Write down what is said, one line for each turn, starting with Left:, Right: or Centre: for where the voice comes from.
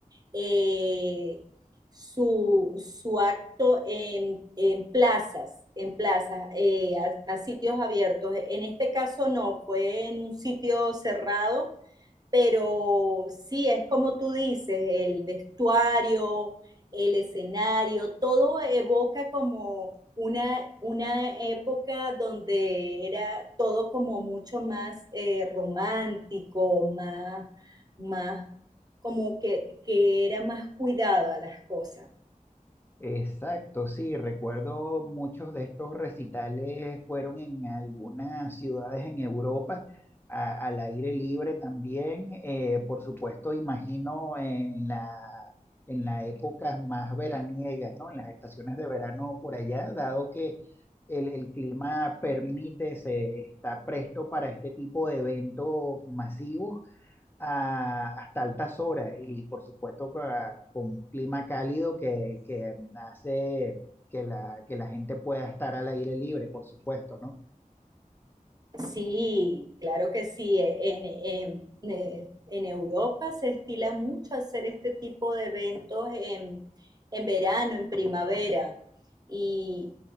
Right: eh, su, su, acto en, en, plazas, en plazas, eh, a, a, sitios abiertos. En este caso no, fue en un sitio cerrado pero sí, es como tú dices, el vestuario, el escenario, todo evoca como una, una época donde era todo como mucho más eh, romántico, más, más como que, que era más cuidado a las cosas.
Left: Exacto, sí, recuerdo muchos de estos recitales fueron en algunas ciudades en Europa, a- al aire libre también, eh, por supuesto, imagino en la, en las épocas más veraniegas, ¿no? En las estaciones de verano por allá, dado que el, el clima permite, se está presto para este tipo de eventos masivos a- hasta altas horas y por supuesto ca- con, un clima cálido que, que hace que la, que la gente pueda estar al aire libre, por supuesto, ¿no?
Right: Sí, claro que sí. E- En, en- ne- en Europa se estila mucho hacer este tipo de eventos en, en verano, en primavera, y,